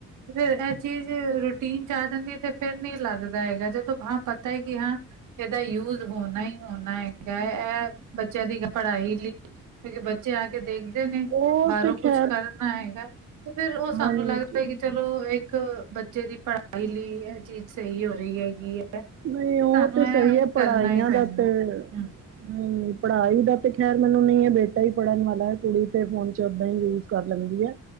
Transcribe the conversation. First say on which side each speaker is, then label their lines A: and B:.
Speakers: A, on the right; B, on the right.
A: ਫਿਰ ਇਹ ਚੀਜ਼ ਰੂਟੀਨ ਚ ਆ ਜਾਂਦੀ। ਤੇ ਫੇਰ ਨਹੀਂ ਲੱਗਦੀ। ਏਗਾ ਜਦ ਹਾਂ। ਪਤਾ ਹੈ ਕਿ ਹਾਂ। ਇਹਦਾ ਯੂਜ ਹੋਣਾ ਹੀ ਹੋਣਾ ਹੈਗਾ। ਇਹ ਬੱਚਿਆਂ ਦੀ ਪੜ੍ਹਾਈ ਲਈ। ਕਿਉਂਕ ਬੱਚੇ ਆ ਕੇ। ਦੇਖਦੇ ਨੇ
B: ਉਹ
A: ਬਾਹਰੋਂ
B: ਤੇ ਖੈਰ
A: ਕੁਛ ਕਰਨਾ ਹੈਗਾ। ਤੇ ਫੇਰ ਉਹ ਸਾਨੂੰ
B: ਹਾਂਜੀ
A: ਲੱਗਦਾ ਕਿ। ਚਲੋ ਇੱਕ ਬੱਚੇ ਦੀ ਪੜ੍ਹਾਈ ਲਈ ਇਹ ਚੀਜ਼ ਸਹੀ ਹੋ ਰਹੀ ਹੈਗੀ ਹੈ।
B: ਨਹੀਂ ਉਹ
A: ਸਾਨੂੰ
B: ਤੇ ਸਹੀ
A: ਇਹ
B: ਹੈ
A: ਕਰਨਾ
B: ਪੜ੍ਹਾਈਆਂ
A: ਹੀ ਪੈਂਦਾ।
B: ਦਾ ਤੇ। ਨਹੀਂ-
A: ਹੂੰ
B: ਨਹੀਂ। ਪੜ੍ਹਾਈ ਦਾ ਤੇ ਖੈਰ ਮੈਨੂੰ ਨਹੀਂ ਹੈ। ਬੇਟਾ ਹੀ ਪੜ੍ਹਨ ਵਾਲਾ। ਕੁੜੀ ਤੇ ਫੋਨ 'ਚ ਓਦਾਂ ਹੀ ਯੂਜ ਕਰ ਲੈਂਦੀ ਹੈ।